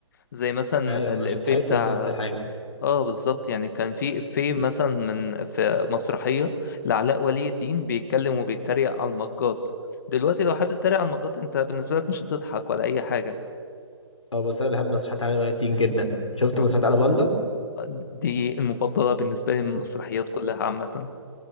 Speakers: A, on the left (about 40°); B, on the left (about 80°).
A: زي مثلا
B: أيوة مش
A: الافيه
B: هتحس
A: بتاع
B: بنفس الحاجة
A: اه بالظبط يعني كان في افيه مثلا من في مسرحيه لعلاء ولي الدين بيتكلم وبيتريق على المجات دلوقتي لو حد اتريق على المجات انت بالنسبه لك مش هتضحك ولا اي حاجه
B: أه بس أنا بحب مسرحيات علاء ولي الدين جدا شفت
A: أو-
B: مسرحيات ألاباندا؟
A: دي المفضله بالنسبه لي من المسرحيات كلها عامه